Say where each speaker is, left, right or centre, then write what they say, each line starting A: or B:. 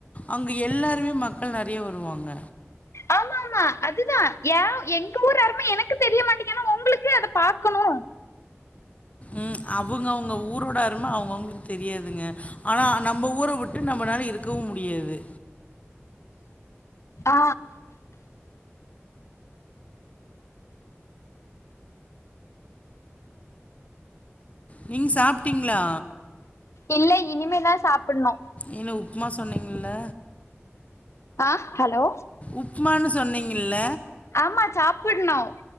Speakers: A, on the left; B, on the left.
A: அங்கு எல்லாருமே மக்கள் நறியா வருவாங்க
B: ஆமா ஆமா அதுதா யே எங்க ஊரு அரும எனக்கு தெரிய மாட்டிக்கின்னா உங்களுக்கு அத பாக்கனு
A: ம் அவங்கவுங்க ஊரோட அரும அவங்கவுங்களுக்கு தெரியாதுங்க ஆனா நம்ப ஊர விட்டு நம்மளால இருக்கவு முடியாது
B: ஆ
A: நீங் சாப்ட்டீங்ளா
B: இல்ல இனிமேதா சாப்பட்ணு
A: என்ன உப்புமா சொன்னீங்கல்ல
B: ஆஹ் ஹலோ
A: உப்மான்னு சொன்னீங்கிள்ல
B: ஆமா ச்சாப்பிட்ணு